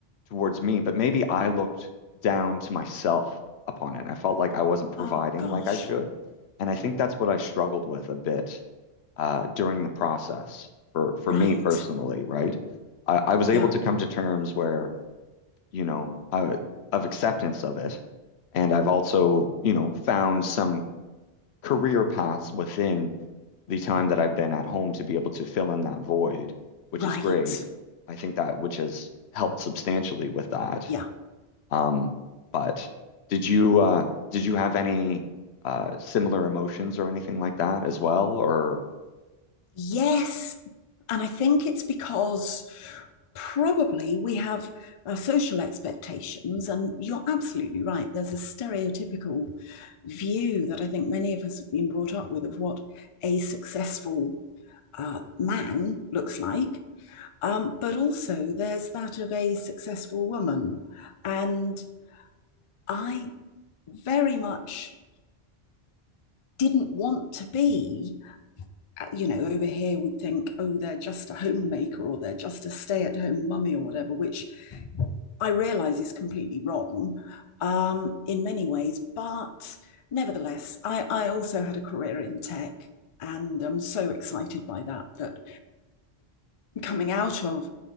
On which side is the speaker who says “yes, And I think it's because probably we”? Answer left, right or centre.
Left